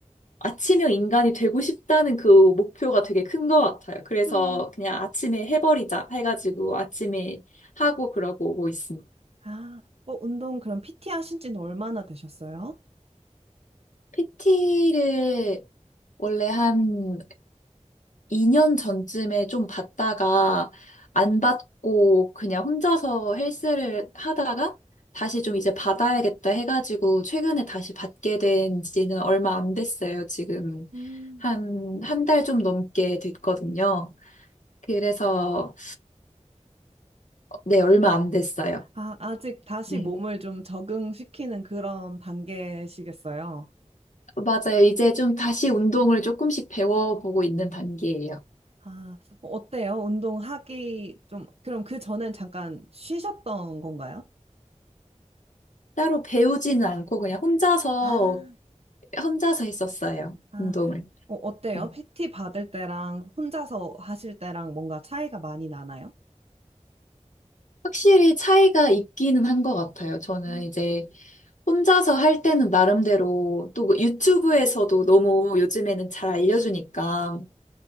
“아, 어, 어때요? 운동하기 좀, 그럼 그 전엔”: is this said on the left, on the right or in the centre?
Right